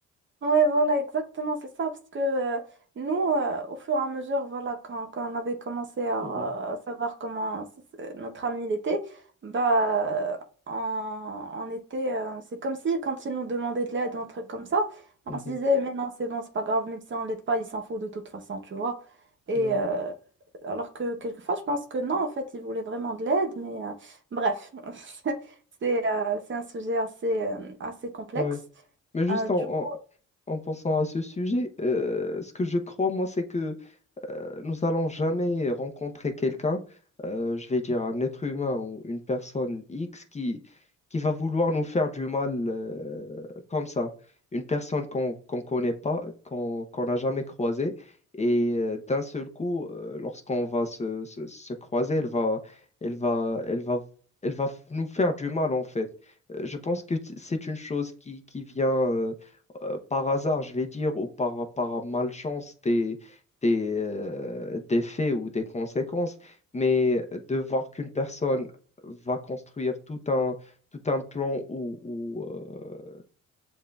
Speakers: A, on the right; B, on the left.
A: Ouais, voilà, exactement, c'est ça, parce que euh, nous, euh, au fur et à mesure, voilà, quand, quand on avait commencé à,
B: Mhm,
A: à savoir comment s- s- notre ami il était, bah, on, on était, euh, c'est comme si quand il nous demandait de l'aide, un truc comme ça,
B: mhm,
A: on se disait, mais non, c'est bon, c'est pas grave, même si on l'aide pas, il s'en fout de toute façon, tu vois. Et
B: ouais,
A: euh, alors que quelquefois, je pense que non, en fait, il voulait vraiment de l'aide, mais euh, bref, <laughs> c'est euh, c'est un sujet assez, euh, assez complexe.
B: ouais. Mais juste
A: Euh, du
B: en,
A: coup,
B: en, en pensant à ce sujet, euh, ce que je crois, moi, c'est que nous allons jamais rencontrer quelqu'un, euh, je vais dire un être humain ou une personne X qui, qui va vouloir nous faire du mal euh, comme ça. Une personne qu'on qu'on connaît pas, qu'on qu'on n'a jamais croisée. Et euh, d'un seul coup, euh, lorsqu'on va se, se, se croiser, elle va, elle va, elle va, elle va f- nous faire du mal en fait. Euh, Je pense que t- c'est une chose qui, qui vient euh, euh, par hasard, je vais dire, ou par, par malchance des, euh, des faits ou des conséquences, mais de voir qu'une personne va construire tout un, tout un plan ou, ou, euh,